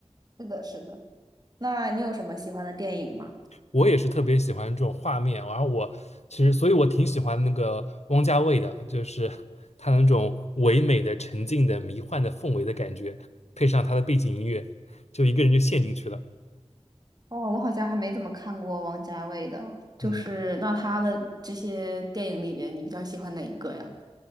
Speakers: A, on the right; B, on the left.
A: 是的，是的。那你有什么喜欢的电影吗？
B: 我也是特别喜欢这种画面，然后我其实所以我挺喜欢那个汪家卫的，就是 <laughs> 他那种唯美的沉静的迷幻的氛围的感觉，配上他的背景音乐，就一个人就陷进去了。
A: 哦，我好像还没怎么看过王家卫的，就是那他的这些电影里边，
B: 嗯。
A: 你比较喜欢哪一个呀？